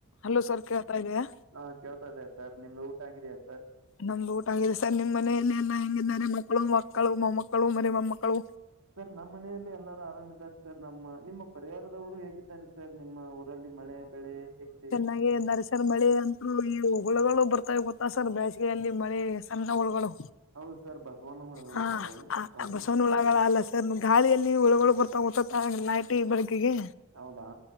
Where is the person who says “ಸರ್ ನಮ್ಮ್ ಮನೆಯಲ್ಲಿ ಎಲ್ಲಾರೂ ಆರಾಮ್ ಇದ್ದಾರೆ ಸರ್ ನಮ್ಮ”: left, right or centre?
Right